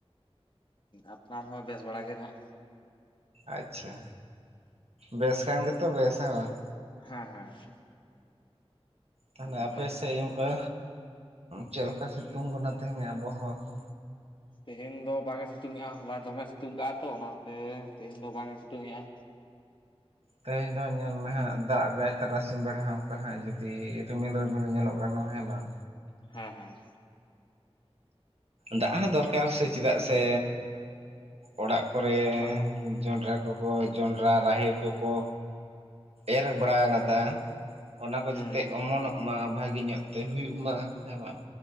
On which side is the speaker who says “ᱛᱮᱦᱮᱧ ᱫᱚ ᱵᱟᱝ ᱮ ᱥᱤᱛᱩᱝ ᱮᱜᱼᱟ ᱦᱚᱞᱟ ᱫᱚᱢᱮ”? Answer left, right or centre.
Left